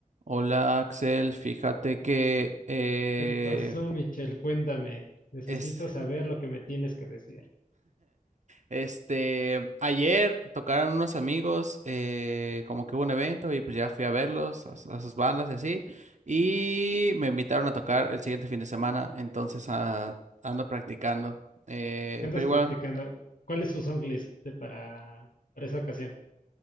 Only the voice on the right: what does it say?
Hola Axel, fíjate que eh,
es,
este ayer tocaron unos amigos, eh, como que hubo un evento y pues ya fui a verlos, a, su- a sus bandas y así, y me invitaron a tocar el siguiente fin de semana, entonces ah, ando practicando, eh,
pero igual,